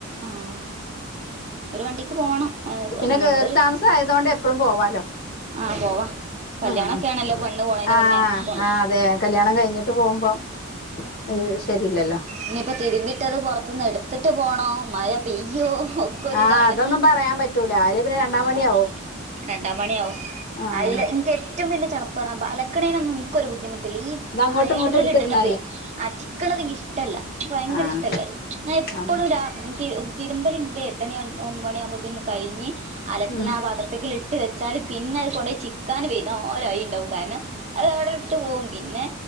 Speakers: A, on the right (about 30°); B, on the left (about 45°).
A: ആഹ് ഒരു വണ്ടിക്ക് പോണം അത് പോ
B: പിന്നെ കേറി
A: നമ്മള്
B: താമസം ആയതോണ്ട് എപ്പഴും പോവാലോ
A: ആഹ് പോവാ കല്യാണൊക്കെ
B: ആഹ്
A: ആണല്ലോ പെണ്ണ് പോണേന്
B: ആഹ്
A: മുന്നേ പോണ്ടേ
B: അതെ കല്യാണം കഴിഞ്ഞിട്ട് പോവുമ്പോ അത് ശരീല്ലല്ലോ
A: ഇനിയിപ്പ തിരുമ്പിയിട്ടത് പൊറത്തുന്നെട്ത്തിട്ട് പോണോ മഴ പെയ്യോ? ക്കൊരിതാണ്
B: ആഹ് അതൊന്നും പറയാൻ പറ്റൂല അല്ലെ പിന്നെ
A: ആഹ്
B: രണ്ടാം പണിയാവും
A: രണ്ടാം പണിയാവും
B: ആഹ്
A: അയില് ഇനിക്കെറ്റ് ഏറ്റവും വല്ല്യ ചടപ്പറഞ്ഞാ അബ്ബ അലക്ക്ണേനൊന്നും ഇൻക്കൊരു ബുദ്ധിമുട്ടില്ലീ
B: ഇത് അങ്ങോട്ടും
A: അയലിമ്മലിട്ണത്
B: ഇങ്ങോട്ടും എടുത്തിടണല്ലേ
A: ആഹ് ചിക്ക്ണതെനിക്കിഷ്ടല്ല ഇനിക്ക് ഭയങ്കര
B: ആഹ്
A: ഇഷ്ടല്ല അയ് ഞാൻ എപ്പളും
B: ആഹ്
A: രാ ൻക്ക് തിരുമ്പലിണ്ട് എട്ടണി ഒൻ ഒമ്പണിയാകുമ്പോത്തിന് കഴിഞ്ഞി അലക്ക്ണ
B: ഉം
A: ആഹ് പാത്രത്തിക്കി ട്ട് വെച്ചാല് പിന്നഅ് കൊണ്ടോയി ചിക്കാന് വെയ് ദാ ഓരോ അഴയിണ്ടാവും കാരണം അതവടെ ഇട്ട് പോവും പിന്നെ